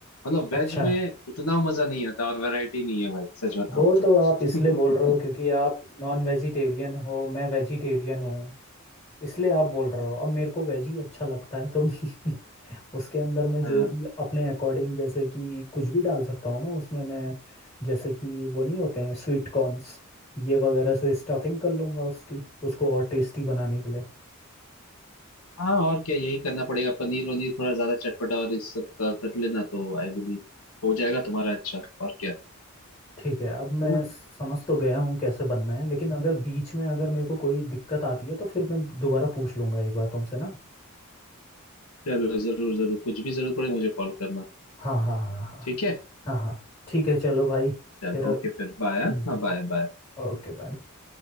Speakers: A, on the left; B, on the left.
A: मतलब
B: अच्छा
A: वेज में उतना मजा नहीं आता और वैरायटी नहीं है भाई सच बताओ
B: वो
A: तो
B: तो आप इसलिए बोल
A: <laughs>
B: रहे हो क्योंकि आप नॉन वेजिटेरियन हो मैं वेजिटेरियन हूँ इसलिए आप बोल रहे हो अब मेरे को वेज ही अच्छा लगता है तो <laughs> उसके अंदर मैं जो
A: हाँ
B: भी अपने अकॉर्डिंग जैसे कि कुछ भी डाल सकता हूँ ना उसमें मैं जैसे कि वो नहीं होते हैं स्वीट कॉर्न्स ये वगैरह से स्टफिंग कर लूँगा उसकी उसको और टेस्टी बनाने के लिए
A: हाँ और क्या यही करना पड़ेगा पनीर वनीर थोड़ा ज्यादा चटपटा और इस सब का कर लेना तो आई बिलीव हो जाएगा तुम्हारा अच्छा और क्या
B: ठीक है अब मैं
A: है ना
B: समझ तो गया हूँ कैसे बनना है लेकिन अगर बीच में अगर मेरे को कोई दिक्कत आती है तो फिर मैं दोबारा पूछ लूँगा एक बार तुमसे ना
A: चलो जरूर जरूर कुछ भी जरूरत पड़े मुझे कॉल करना
B: हाँ हाँ हाँ हाँ
A: ठीक है
B: हाँ हाँ हाँ, ठीक है चलो भाई
A: चलो
B: फिर
A: ओके फिर बाय
B: हम्म,
A: हाँ बाय बाय
B: ओके बाय